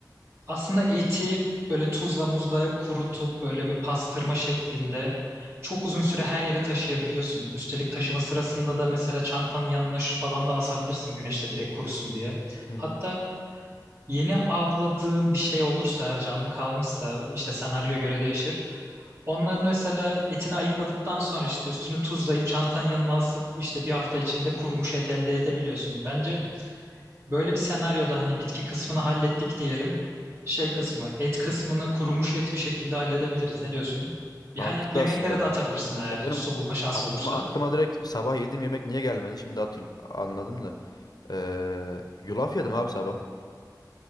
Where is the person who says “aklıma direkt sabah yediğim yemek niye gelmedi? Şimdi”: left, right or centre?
Left